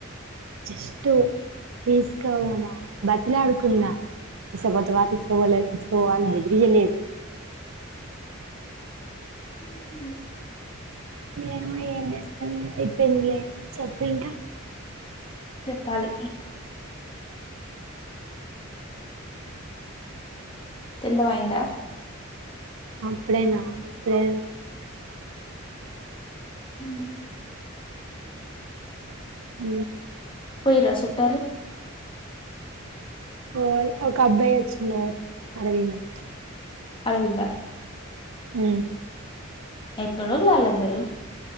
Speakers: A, on the right; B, on the left.
A: జస్ తీస్కావ బతులా అడుకుంద ఇసబ వా తక బోలే ఇిసుక పోని హదనేదు
B: ఉ
A: మో ఏం చేస్తాను అయిపోయింది లే అని చెప్పు ఇంకా
B: చెప్పాలి తిన్న వయందా
A: అప్పుడేనా ఇప్పుడే
B: ఉ
A: అ
B: రా సతాల
A: ఓ ఒక అబ్బాయి వచ్చిన అరవీందథ్
B: అరంద
A: హ
B: ఎక్కడోళ్ళాలందరూ